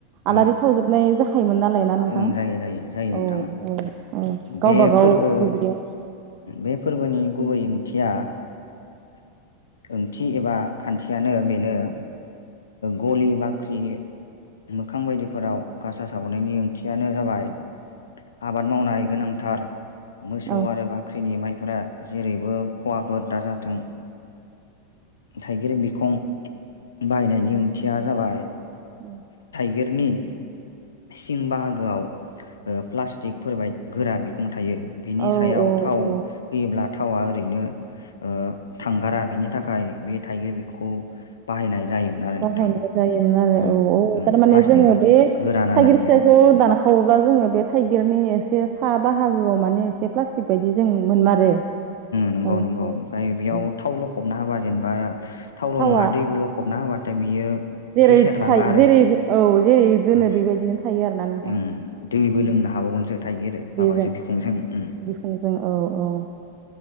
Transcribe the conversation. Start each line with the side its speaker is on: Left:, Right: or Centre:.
Right: आलारि
Left: ओं
Right: सावजोबनाय जा खायोमोन नालाय ना नोंथां
Left: ओं जायो जायो जायो नोंथां
Right: औ औ औ गावबागाव
Left: बे फोरबो
Right: दुब्लियाव
Left: बे फोरबोनि गुबै ओंथिया ओंथि एबा खान्थियानो बेनो गलि बाख्रि मोखां बायदिफोराव गसाार साबनायनि ओंथियानो जाबाय आबाद मावनाय गोनांथार मोसौ
Right: औ
Left: आरो बाख्रिनि माइफोरा जेरैबो खवाफोर दाजाथों थाइगिर बिखं बायनायनि ओंथिया जाबाय
Right: औ।
Left: गिरनि सिं बाहागोआव ओ प्लासटिकफोर बाय गोरा बि थायो बिनि
Right: औ
Left: सायाव
Right: औ
Left: थाव
Right: औ
Left: होयोब्ला थावआ ओरैनो ओ थांगारा बिनि थाखाय बे थाइगिर बिखौ बाहायनाय जायोमोन आरो
Right: बाहायनाय
Left: नोंथां
Right: जायोमोन आरो
Left: उम
Right: औ औ
Left: उम
Right: थारमाने
Left: प्लास्टिक
Right: जोङो
Left: बायदि
Right: बे
Left: गोरा नालाय
Right: थाइगिर
Left: इयो
Right: फिथाइखौ दाना खावोब्ला जोङो बे थाइगिरनि एसे साहा बाहागोआव माने एसे प्लास्टिक बायदि जों मोनमारो
Left: नंगौ
Right: औ
Left: नंगौ
Right: औ
Left: ओमफ्राय
Right: औ
Left: बेयाव
Right: औ
Left: थाव लखबना होबा जेनेबा थावल'
Right: थावा
Left: नङा दैबो लखबना होबाथाय बियो
Right: जेरै
Left: गेसेरलाङा
Right: थायो
Left: आरो
Right: जेरै औ जेरै दोनो
Left: ओं
Right: बेबायदिनो थायो आरो ना नोंथां
Left: ओं दैबो
Right: औ
Left: लोंनो हाबावगोनसो थाइगिर
Right: बेजों
Left: माबाजों बिखंजों उम
Right: बिखजों औ औ उ